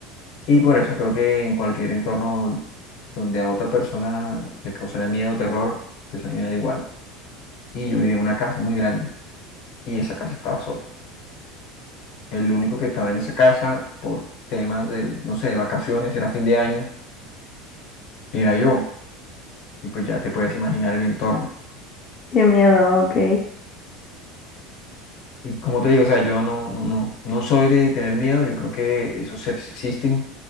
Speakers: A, on the left; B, on the left.
A: Y por eso creo que en cualquier entorno donde a otra persona le causaría miedo o terror, pues a mí me da igual. Y yo vivía en una casa muy grande y esa casa estaba sola. El único que estaba en esa casa por temas de, no sé, de vacaciones, era fin de año, era yo. Y pues ya te puedes imaginar el entorno.
B: Qué miedo, ok,
A: Y como te digo, o sea, yo no, no, no, no soy de tener miedo, yo creo que esos seres existen